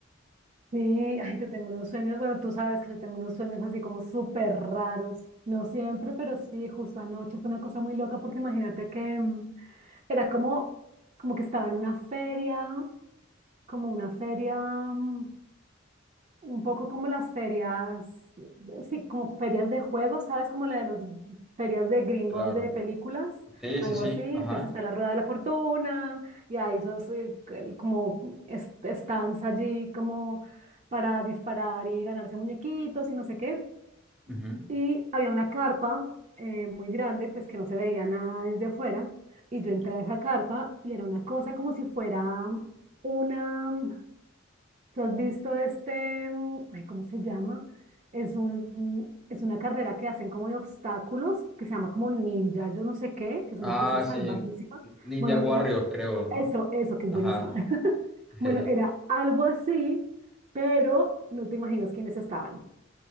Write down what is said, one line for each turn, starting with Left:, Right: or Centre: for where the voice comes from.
Right: Sí, ay, yo tengo unos sueños, bueno, tú sabes que yo tengo unos sueños así como súper raros, no siempre, pero sí, justo anoche fue una cosa muy loca porque imagínate que mm, era como, como que estaba en una feria, como una feria mm, Un poco como las ferias, sí, como ferias de juegos, ¿sabes? Como la de las ferias de gringos
Centre: Claro.
Right: de películas,
Centre: Sí,
Right: algo
Centre: sí, sí,
Right: así. Entonces
Centre: ajá.
Right: está la Rueda de la Fortuna y hay esos eh, el- como es- stands allí como para disparar y ganarse muñequitos y no sé qué.
Centre: Ujú.
Right: Y había una carpa eh, muy grande, pues que no se veía nada desde afuera. Y yo entré a esa carpa y era una cosa como si fuera una... ¿Tú has visto este, mm, ay, ¿cómo se llama? Es un, mm, es una carrera que hacen como de obstáculos, que se llama como ninja, yo no sé qué, que es
Centre: Ah,
Right: una cosa salvajísima.
Centre: sí, Ninja
Right: Bueno,
Centre: Warrior,
Right: era
Centre: creo, ¿no?
Right: eso, eso que es
Centre: Ajá.
Right: buenísima. <laughs>
Centre: <laughs>
Right: Bueno, era algo así, pero no te imaginas quiénes estaban.